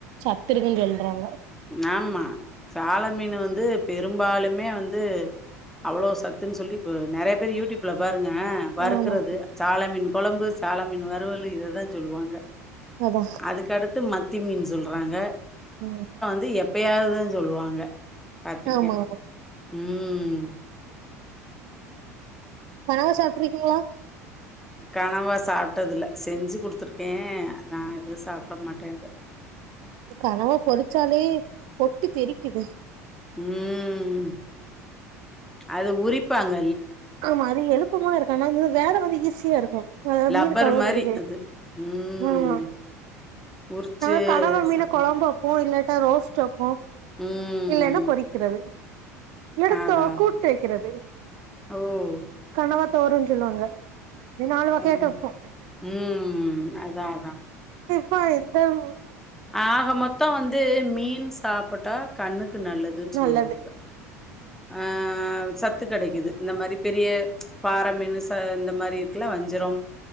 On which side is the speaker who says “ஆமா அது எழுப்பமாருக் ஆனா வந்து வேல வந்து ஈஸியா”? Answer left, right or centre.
Right